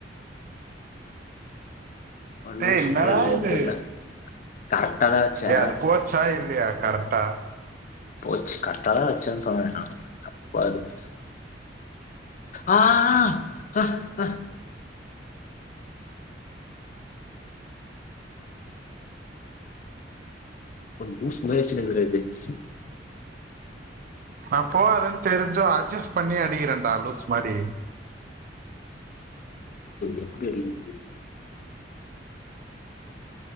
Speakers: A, on the right; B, on the left.
A: டேய்
B: லூஸ்
A: என்னடா
B: மாதிரி அடிக்கிறேன்னு
A: இது
B: தெரியல கரெக்டா தான் வச்சேன்
A: ஏய் அது கோச்சா இல்லையா கரெக்டா
B: போச்சு கர்ட்டாதா வச்சேன் சொன்னே நானு தப்பா எதுமே சு ஆ ஆ ஹ ஹ லுசு மாரி வெச்சினுருக்குராரு பாரு
A: நா போவாதுனு தெரிஞ்சும் அட்ஜஸ்ட் பண்ணி அடிக்கிறேன்டா லூஸ் மாரி
B: எப்டி அடிக்கரது <unintelligible>